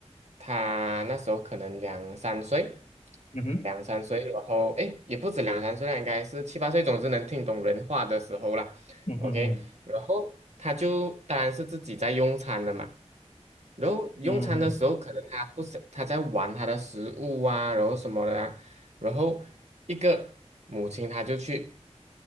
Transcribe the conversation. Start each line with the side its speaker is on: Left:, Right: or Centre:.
Right: 他那时候可能两三岁，
Left: 嗯
Right: 两三岁，然后诶，也不止两三岁啦，应该是七八岁，总之能听懂人话的时候啦。
Left: 嗯哼，
Right: OK，然后他就当然是自己在用餐了嘛。然后用餐的时候，
Left: 嗯哼，嗯哼，
Right: 可能他不是他在玩他的食物啊，然后什么的啊，然后一个母亲她就去。